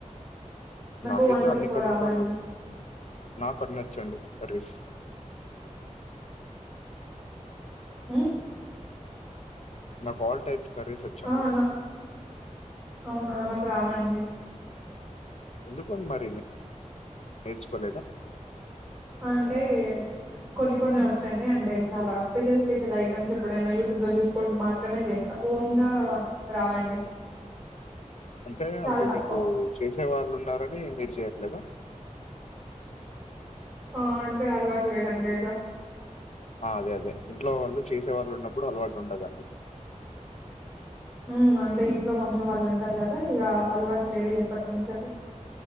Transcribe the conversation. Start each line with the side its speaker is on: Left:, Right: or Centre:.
Centre: నాకు
Left: నాకైతే
Centre: వంటలు
Left: అన్ని
Centre: ఎక్కువ
Left: కర్రీలు
Centre: రావండి
Left: నాకు అన్ని వచ్చండి కర్రీస్
Centre: మ్మ్
Left: నాకు ఆల్ టైప్ కర్రీసి వచ్చండి
Centre: ఆ నా అవునా నాకు రావండి.
Left: ఎందుకు మరి నేర్చుకోలేదా?
Centre: అంటే కొన్ని కొన్ని వచ్చండి. అంటే చాలా స్పెషల్ స్పెషల్ ఐటమ్స్ ఎప్పుడైనా యూట్యూబ్లో చూసుకుంటూ మాత్రమే చేస్త. ఓన్ గా రావండి.
Left: అంటే
Centre: చాలా
Left: అంటే
Centre: తక్కువ
Left: మీకు చేసే వాళ్ళు ఉన్నారని మీరు చెయట్లేద?
Centre: ఆ అంటే అలవట్లేదండి ఇగ
Left: ఆ అదే అదే ఇంట్లో వాళ్ళు చేసే వాళ్ళు ఉన్నప్పుడు అలవాటు ఉండదండి.
Centre: మ్మ్ అంతే ఇంట్ల మమ్మీ వాళ్ళు ఉంటరు గదా, ఇగ అలవాటు లేదు ఎప్పటి నుంచెలి